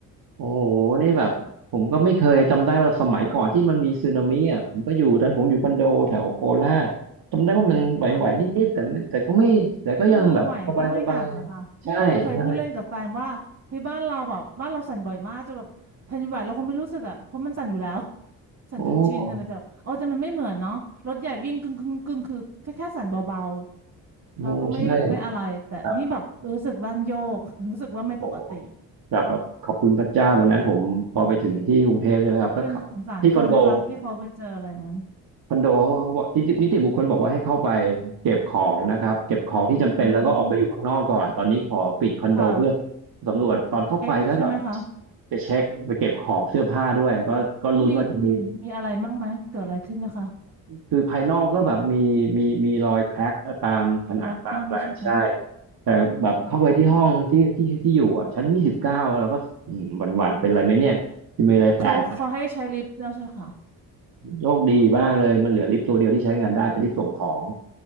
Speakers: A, on the right (about 65°); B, on the right (about 40°).
A: โอ้โห นี่แบบผมก็ไม่เคยจำได้ว่าสมัยก่อนที่มันมีสึนามิอ่ะผมก็อยู่ตอนผมอยู่คอนโดแถวโคราชจำได้ว่ามันไหวๆนิดๆแต่ไม่แต่ก็ไม่แต่ก็ยังแบบสบายๆใช่ใช่
B: ค่ะคือไหวก็ไม่หนักอะค่ะนี่คือเคยพูดเล่นกับแฟนว่าเฮ้ยบ้านเราแบบบ้านเราสั่นบ่อยมากจะแบบแผ่นดินไหวเราคงไม่รู้สึกอะเพราะมันสั่นอยู่แล้ว <laughs> สั่นจนชินอะไรแต่เออแต่มันไม่เหมือนเนาะรถใหญ่วิ่งกึ่งกึ่งกึ่งคือแค่แค่สั่นเบา
A: โอ้
B: ๆเราก็ไม่ไม่อะไรแต่นี่แบบรู้สึกบ้านโยก
A: โอ้ใช่แบบ
B: <laughs> รู้สึกว่าไม่ปกติ
A: โอ้แบบแบบขอบคุณพระเจ้าวันนั้นผมพอไปถึงที่กรุงเทพใช่ไหมครับแล้วขับที่คอนโด
B: เป็นสงสารคนนะคะที่เขาไปเจออะไรอย่างนั้น
A: คอนโดเขาบอกทีตนิติบุคคลบอกว่าให้เข้าไปเก็บของนะครับเก็บของที่จำเป็นแล้วก็ออกไปอยู่ข้างนอกก่อนตอนนี้ขอปิดคอนโดเพื่อ
B: อืม ค่ะ
A: สำรวจตอนเข้าไปก็แบบ
B: เอ็กใช่ไหมคะ
A: ไปเช็คไปเก็บของเสื้อผ้าด้วยก็ก็ลุ้นว่าจะมี
B: แล้วมีมีมีอะไรบ้างไหมเกิดอะไรขึ้นไหมคะ
A: คือภายนอกก็แบบมีมีมีรอยแคร็กตามผนังตามอะไรใช่
B: มีครักบ้างใช่ไหม
A: แต่แบบเข้าไปที่ห้องที่ที่ที่อยู่อ่ะชั้นยี่สิบเก้าแล้วก็อืมหวั่นๆเป็นไรไหมเนี่ยจะมีอะไรแตก
B: อ๋อแต่เขาเขาให้ใช้ลิฟต์แล้วใช่ค่ะ
A: โชคดีมากเลยมันเหลือลิฟต์ตัวเดียวที่ใช้งานได้เป็นลิฟต์ส่งของ